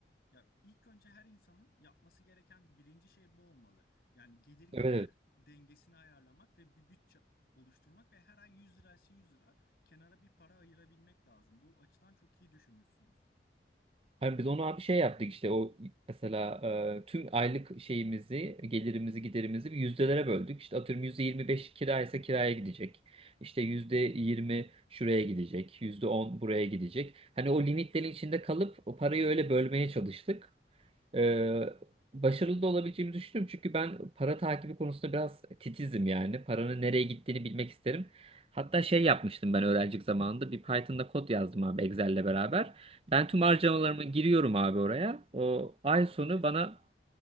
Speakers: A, on the left (about 60°); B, on the right (about 30°).
A: Ya ilk önce her insanın yapması gereken birinci şey bu olmalı. Yani gelir gider
B: Evet,
A: dengesini ayarlamak ve bir bütçe oluşturmak ve her ay 100 liraysa 100 lira kenara bir para ayırabilmek lazım. Bu açıdan çok iyi düşünmüşsünüz.
B: Hani biz onu abi şey yaptık işte o mesela e, tüm aylık şeyimizi, gelirimizi, giderimizi bir yüzdelere böldük. İşte atıyorum %25 kira ise kiraya gidecek. İşte %20 şuraya gidecek, %10 buraya gidecek. Hani o limitlerin içinde kalıp o parayı öyle bölmeye çalıştık. Ee, başarılı da olabileceğimi düşünüyorum. Çünkü ben para takibi konusunda biraz titizim yani. Paranın nereye gittiğini bilmek isterim. Hatta şey yapmıştım ben öğrencilik zamanında. Bir Python'da kod yazdım abi Excel'le beraber. Ben
A: Hı hı.
B: tüm harcamalarımı giriyorum abi oraya. O
A: Otomatik
B: ay sonu
A: hesaplıyor.
B: bana